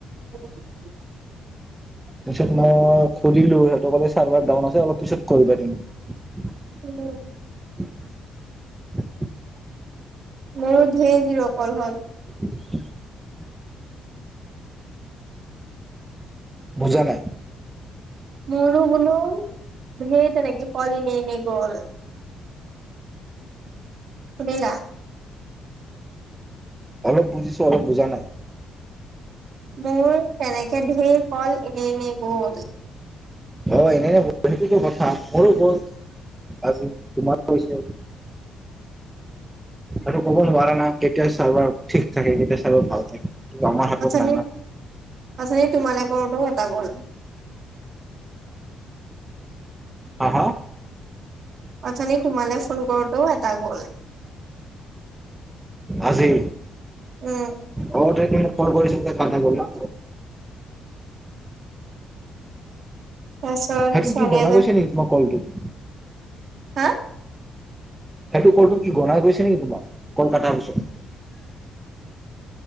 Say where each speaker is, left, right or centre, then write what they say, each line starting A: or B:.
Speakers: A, on the right (about 60°); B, on the right (about 15°).
A: <unintelligible>
B: তাৰপিছত মই সুধিলো সিহঁতকলে চাৰ্ভাৰ ডাউন আছে অলপ পিছত কৰিবা তুমি
A: উম,
B: <unintelligible>
A: মোৰো ধঢেৰ জিৰ কল হল।
B: <unintelligible> বুজা নাই।
A: মু়ু বলো হে নেকি কল এনে গল। শুনিলা।
B: অলপ বুজিছো অলপ বুজা নাই।
A: মোৰ তেনেকে ধেৰ কল এনে নি গল।
B: হয় এনেনে বল সেইটোতো কথা মোৰো গ'ল। আজি তোমাৰো হৈছে। আৰু কৱ নোৱাৰা না কেইতিয়া চাৰ্ভাৰ ঠিক থাকে কেতিয়া চাৰ্ভাৰ ভাল থাকে। আমাৰ ৰ হাতত
A: অথনি
B: নাই না
A: অথনি তোমালে কৰোতে এটা গল।
B: হা, হা।
A: অথনি তোমালৈ ফোন কৰোতেও এটা গল।
B: আজি
A: উম
B: অ তেই কল কৰিছে যে কাটা গল না
A: তাৰপিছত
B: সেইটো
A: ছোৱালী
B: কি গনা
A: এজন
B: গৈছে নেক তোমাৰ কলটোত
A: হা।
B: সেইটো কলটো কি গনাই গৈছে নেকি তোমাৰ কলকাতাৰ পিছত